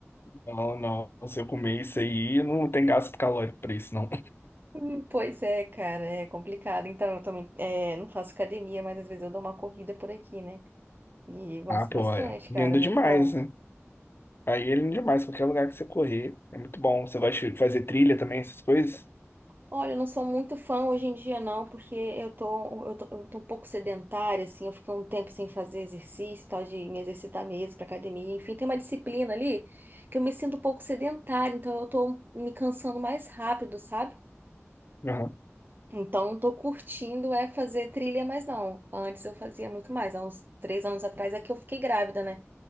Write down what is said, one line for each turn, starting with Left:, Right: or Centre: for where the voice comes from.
Left: Não, não. Se eu comer isso aí, não tem gasto calórico pra isso, não.
Right: Hum, Pois é, cara, é complicado. Então, eu também é, não faço academia, mas às vezes eu dou uma corrida por aqui, né? E gosto
Left: Ah, pô,
Right: bastante,
Left: é lindo
Right: cara, é muito
Left: demais,
Right: bom.
Left: né? Aí ele é demais, qualquer lugar que você correr, é muito bom. Você vai che- fazer trilha também, essas coisas?
Right: Olha, eu não sou muito fã hoje em dia, não, porque eu tô, eu tô, eu tô um pouco sedentária, assim, eu fiquei um tempo sem fazer exercício, e tal, de me exercitar mesmo pra academia, enfim, tem uma disciplina ali que eu me sinto um pouco sedentária, então eu tô me cansando mais rápido, sabe?
Left: Aham,
Right: Então, não tô curtindo é fazer trilha mais não. Antes eu fazia muito mais. Há uns três anos atrás é que eu fiquei grávida, né?